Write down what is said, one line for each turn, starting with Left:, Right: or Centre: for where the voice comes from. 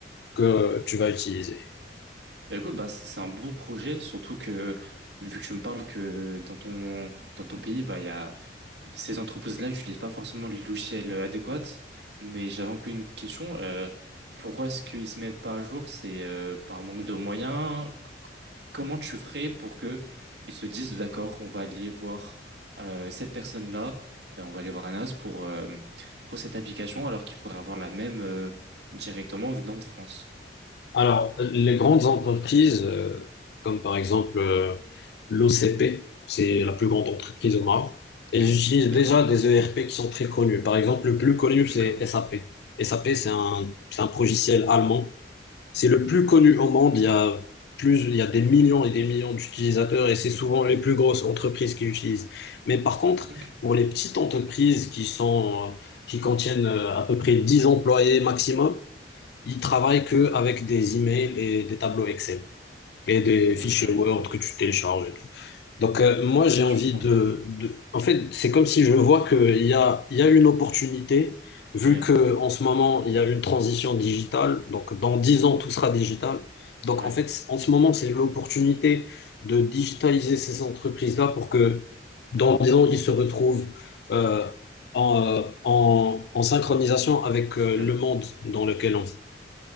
Left: que tu vas utiliser.
Right: Bah écoute, bah c'est c'est un beau projet, surtout que vu que tu me parles que dans ton dans ton pays, bah il y a ces entreprises-là n'utilisent pas forcément les logiciels euh, adéquats. Mais j'avais un peu une question. euh, pourquoi est-ce qu'ils ne se mettent pas à jour? C'est euh, par manque de moyens. C- Comment tu ferais pour que ils se disent d'accord, on va aller voir euh, cette personne-là, euh, on va aller voir Anas pour euh, pour cette application, alors qu'ils pourraient avoir la même euh, directement venant de France.
Left: Alors, les grandes entreprises, euh, comme par exemple euh, l'OCP, c'est la plus grande entreprise au Maroc, elles utilisent
Right: D'accord.
Left: déjà des ERP qui sont très connus. Par exemple, le plus connu, c'est
Right: Ok.
Left: SAP. SAP, c'est un, c'est un logiciel allemand. C'est le plus connu au monde. Il y a plus, il y a des millions et des millions d'utilisateurs et c'est souvent les plus grosses entreprises qui l'utilisent. Mais par contre,
Right: Ok.
Left: pour les petites entreprises qui sont, euh, qui contiennent euh, à peu près 10 employés maximum, ils travaillent que avec des emails et des tableaux Excel et des fichiers
Right: Ok, ouais.
Left: Word que tu télécharges. et tout. Donc, euh, moi, j'ai
Right: Ouais,
Left: envie
Right: je comprends.
Left: de, de- En fait, c'est comme si je vois qu'il y a, il y a une opportunité, vu
Right: Oui,
Left: que en ce moment, il y a une transition digitale. Donc, dans 10 ans, tout sera digital. Donc,
Right: ouais,
Left: en fait, en ce moment, c'est l'opportunité de digitaliser ces entreprises-là pour que, dans 10 ans, ils se retrouvent euh, en, euh, en, en synchronisation avec euh,
Right: ouais.
Left: le monde dans lequel on vit.